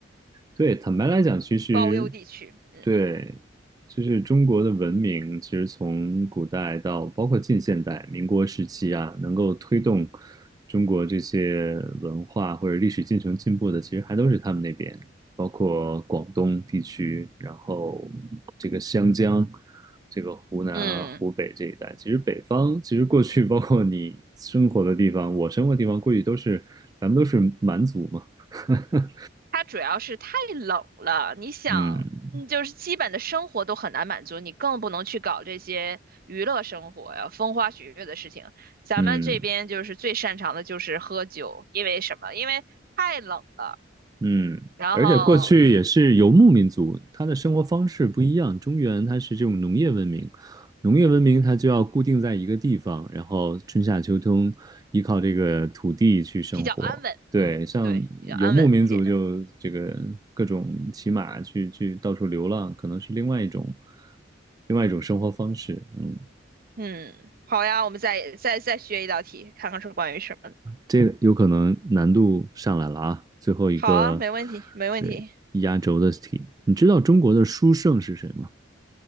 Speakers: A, on the right; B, on the right.
A: 对，坦白来讲，其实
B: 包邮地区。嗯
A: 对，就是中国的文明，其实从古代到包括近现代、民国时期啊，能够推动中国这些文化或者历史进程进步的，其实还都是他们那边，包括广东地区，然后这个湘江、这个湖南啊、
B: 嗯，
A: 湖北这一带。其实北方，其实过去 <laughs> 包括你生活的地方，我生活的地方，过去都是咱们都是蛮族嘛，<laughs>
B: 它主要是太冷了，你想。
A: 嗯。
B: 嗯，就是基本的生活都很难满足，你更不能去搞这些娱乐生活呀、风花雪月的事情。咱们这边就是最擅长的就是喝酒，
A: 嗯
B: 因为什么？因为太冷了，
A: 嗯，
B: 然后
A: 而且过去也是游牧民族，他的生活方式不一样。中原它是这种农业文明，农业文明它就要固定在一个地方，然后春夏秋冬依靠这个土地去生活。
B: 比较安稳，
A: 对，像游牧民族就这个各种骑马去去到处流浪，
B: 对，比较安稳一点。
A: 可能是另外一种另外一种生活方式。嗯
B: 嗯，好呀，我们再再再学一道题，看看是关于什么的。
A: 这个有可能难度上来了啊！最后一个，
B: 好啊，没问题，没问题。
A: 对，压轴的题，你知道中国的书圣是谁吗？